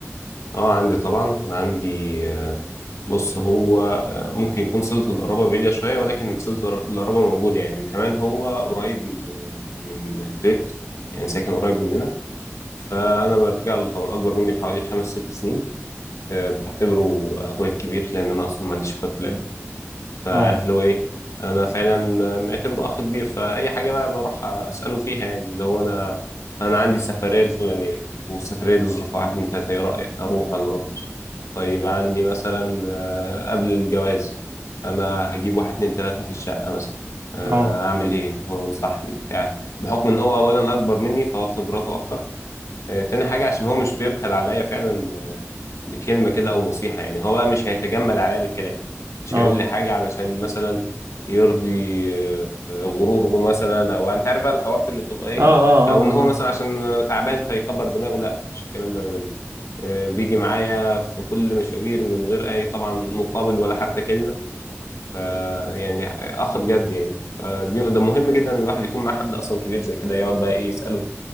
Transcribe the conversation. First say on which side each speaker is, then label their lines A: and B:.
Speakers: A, on the left (about 90°); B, on the right (about 80°).
A: اه عندي طبعا عندي آه، بص هو آه، ممكن يكون صلة القرابة بعيدة شوية ولكن صلة القرابة موجودة يعني وكمان هو قريب من آه، من البيت يعني ساكن قريب مننا فأنا برجع له طبعا أكبر مني بحوالي خمس ست سنين آه، بعتبره أخويا الكبير لأن أنا أصلا ما عنديش أخوات ولاد فعارف
B: اه
A: اللي هو ايه انا فعلا معتبره اخ كبير فاي حاجه بقى بروح اساله فيها يعني اللي هو انا انا عندي السفريه الفلانيه والسفريه دي ظروفها واحد اتنين تلاته ايه رايك اروح ولا ما اروحش طيب عندي مثلا آه، قبل الجواز انا هجيب واحد اتنين تلاته في الشقه مثلا آه،
B: اه
A: اعمل ايه وانصحني بتاع بحكم ان هو اولا اكبر مني فهو خبراته اكتر آه، تاني حاجة عشان هو مش بيبخل عليا فعلا آه، بكلمة كده أو نصيحة يعني هو بقى مش هيتجمل عليا بالكلام مش
B: اه
A: هيقول لي حاجة علشان مثلا يرضي آه، آه، غروره مثلا أو يعني أنت عارف بقى الحوارات اللي بتبقى إيه
B: اه اه
A: أو
B: اه
A: إن هو
B: عارف
A: مثلا عشان تعبان فيكبر دماغه لا مفيش الكلام ده منه آه، بيجي معايا في كل مشاوير من غير أي طبعا مقابل ولا حتى كلمة ف يعني آه، أخ بجد يعني فدي ده مهم جدا إن الواحد يكون مع حد أصلا كبير زي كده يقعد بقى إيه يسأله